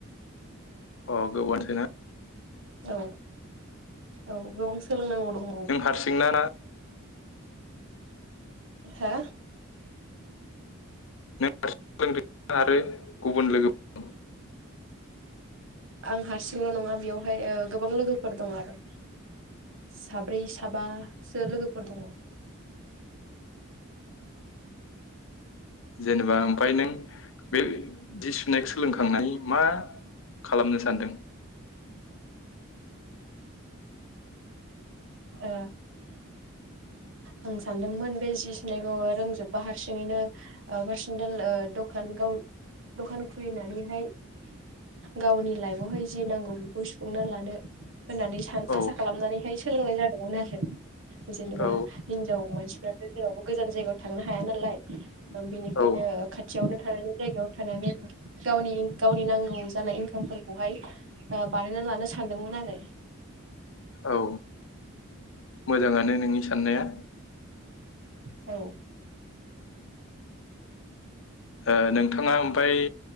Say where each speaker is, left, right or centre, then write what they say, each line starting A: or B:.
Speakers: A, on the left; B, on the right.
A: अ गोबारसिना <inaudible> <unintelligible>
B: औ औ गोबां सोलोंनांगौ दं
A: नों हारसिंना ना
B: हा
A: न <inaudible> <unintelligible> आरो गुबुन लोगोफोर दं
B: आं हारसिंल' नङा बेयावहाय गोबां लोगोफोर दं आरो साब्रै साबासो लोगोफोर दङ
A: जेनेबा ओमफ्राय नों बे जि सुनायखौ सोलोंखांनाय मा खालामनो सानदों?
B: ओ आं सानदोंमोन बे जि सुनायखौ रोंजोबबा हारसिङैनो पार्सनेल दखान गाव दखान खुलिनानैहाय गावनि लाइफआवहाय जि नांगौ बेखौ सुफुंना लानो। होननानै सान
A: औ
B: आसा खालामनानैहाय सोलोंनाय जादों <unintelligible> जेनेबा
A: औ
B: हिनजाव मानसिफ्रा जेरावबो गोजान जायगायाव थांनो हाया नालाय बेनिखायनो
A: औ
B: खाथियावनो थानानै जायगायाव थानानै गावनि गावनि नांगौ जानाय इनकामफोरखौहाय बानायना लानो सानदोंमोन आरो
A: औ मोजाङानो नोंनि साननाया।
B: औ
A: ओ नोंथाङा ओमफ्राय